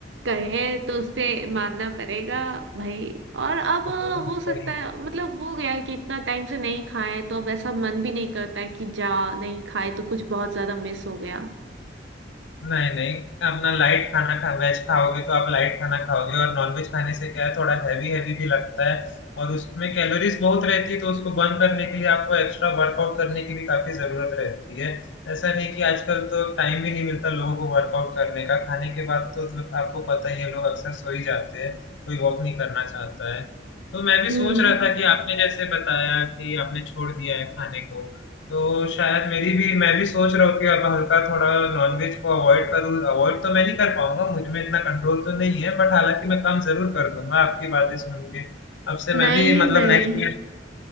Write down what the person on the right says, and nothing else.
कहे तो उसपे मानना पड़ेगा भाई और अब
अ, हो
सकता है मतलब हो गया कि इतना टाइम से नहीं खाए तो अब ऐसा मन भी नहीं करता है कि जा नहीं खाए तो कुछ बहुत ज्यादा मिस हो गया
हम्म
नहीं
नहीं